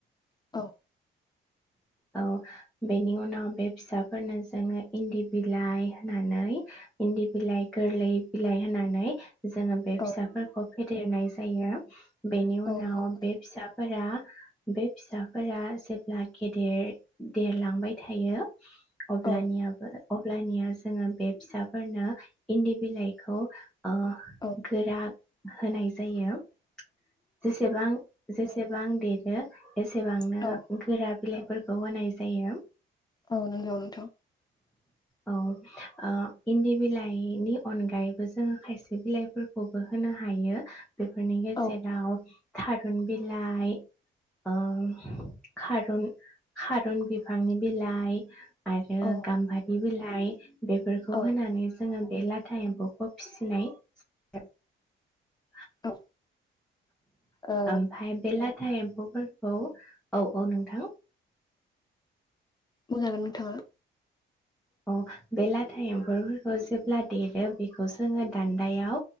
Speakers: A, on the left; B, in the centre.
A: औ
B: औ बेनि उनाव बे फिसाफोरनो जोङो इन्दि बिलाइ होनानै इन्दि बिलाइ गोरलै बिलाइ होनानै जोङो बे
A: औ
B: फिसाफोरखौ फेदेरनाय जायो बेनि
A: औ
B: उनाव
A: नंगौ नोंथां
B: बे फिसाफोरा बे फिसाफोरा जे ब्ला गेदेर देरलांबाय थायो अब्लानियाबो
A: औ
B: अब्लानिया जोङो बे फिसाफोरनो इन्दि बिलाइखौ ओ
A: औ
B: गोरा होनाय जायो जेसेबां जेसेबां देरो एसेबांनो
A: औ
B: गोरा बिलाइफोरखौ होनाय जायो
A: औ नोंगौ नोंथां
B: औ ओ इन्दि बिलाइनि अनगायैबो जोङो खायसे बिलाइफोरखौबो होनो हायो बेफोरनि
A: औ
B: जेदाव थारुन बिलाइ ओ खारुन खारुन बिफांनि बिलाइ आरो
A: औ
B: गाम्बारि बिलाइ बेफोरखौ
A: औ
B: होनानै जोङो बे लाथा एम्बौखौ फिसिनाय <unintelligible>
A: औ ओ
B: आमफाय बेे लाथा एम्फौफोरखौ औ औ नोंथां
A: बुंजागोन नोंथाङा
B: अ बे लाथा एम्फौफोरखौ जेब्ला देरो बेखौ जोङो दान्दायाव